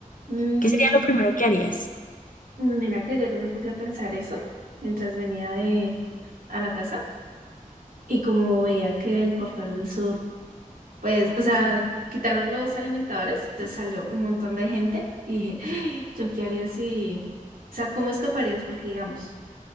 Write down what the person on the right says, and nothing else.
Mm,
mira que ayer me puse a pensar eso mientras venía de a la casa y como veía que el portal del sur pues, o sea, quitaron los alimentadores, entonces salió un montón de gente y dije, "Ay, ¿yo qué haría si, o sea, cómo escaparías? Porque, digamos,